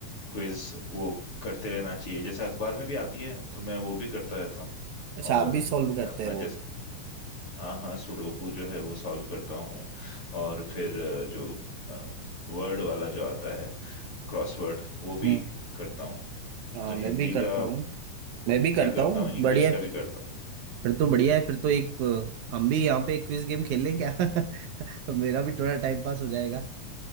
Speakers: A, on the left; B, on the right.
A: क्विज वो करते रहना चाहिए जैसे अखबार में भी आती है तो मैं वो भी करता रहता हूँ
B: अच्छा
A: और
B: आप भी सॉल्व करते
A: अपना
B: हो
A: जैसे हाँ हाँ सुडोकू जो है वो सॉल्व करता हूँ और फिर अ, जो वर्ड वाला जो आता है क्रॉसवर्ड वो भी
B: हम्म
A: करता हूँ
B: हाँ
A: तो
B: मैं
A: हिंदी
B: भी करता
A: का
B: हूँ मैं भी करता
A: भी करता
B: हूँ
A: हूँ इंग्लिश
B: बढ़िया
A: का
B: है,
A: भी करता हूँ
B: फिर तो बढ़िया है फिर तो एक अ, हम भी यहाँ पे एक क्विज गेम खेल लें क्या <laughs> मेरा भी थोड़ा टाइम पास हो जाएगा